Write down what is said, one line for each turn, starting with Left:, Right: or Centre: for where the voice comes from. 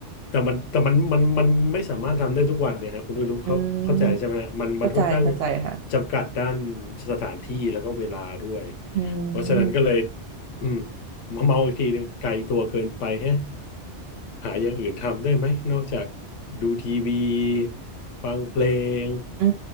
Left: แต่มันแต่มันมันมันไม่สามารถทำได้ทุกวันเนี่ยฮะคุณไม่รู้เขาเข้าใจใช่ไหมฮะมันมันค่อนข้าง
Right: อืมเข้าใจเข้าใจค่ะ
Left: จำกัดด้านสถานที่แล้วก็เวลาด้วย
Right: อื
Left: เพราะฉะนั้นก็เลย
Right: ม
Left: อืมมาเมาอีกทีนึงไกลตัวเกินไปแฮะหาอย่างอื่นทำได้ไหมนอกจากดูทีวีฟังเพลง
Right: อื